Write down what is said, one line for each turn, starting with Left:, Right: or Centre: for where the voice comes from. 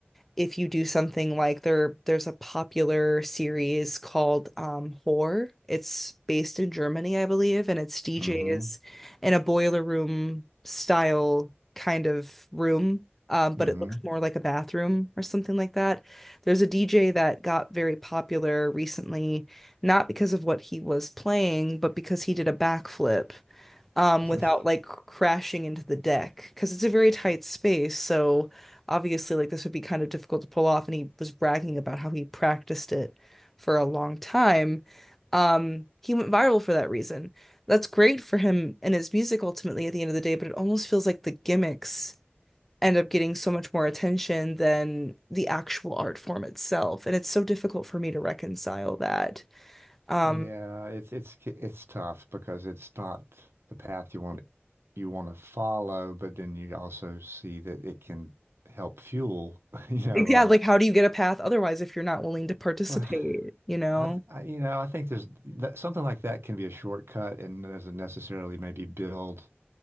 Centre: if you do something like there there's a popular series called um Whore. It's based in Germany, I believe, and it's DJs
Right: Mm-hmm.
Centre: in a boiler room style kind of room. Um, but
Right: Mm-hmm.
Centre: it looks more like a bathroom or something like that. There's a DJ that got very popular recently, not because of what he was playing, but because he did a backflip um,
Right: <laughs>
Centre: without like crashing into the deck because it's a very tight space. So obviously, like this would be kind of difficult to pull off. And he was bragging about how he practiced it for a long time. Um, he went viral for that reason. That's great for him and his music ultimately at the end of the day, but it almost feels like the gimmicks end up getting so much more attention than the actual art form itself. And it's so difficult for me to reconcile that. Um,
Right: Yeah, it's it's it's tough because it's not the path you want you want to follow, but then you also see that it can help fuel, <laughs> you know,
Centre: Yeah,
Right: uh,
Centre: like how do you get a path otherwise if you're not willing to participate,
Right: well,
Centre: you know?
Right: I, th I you know, I think there's that, something like that can be a shortcut and doesn't necessarily maybe build.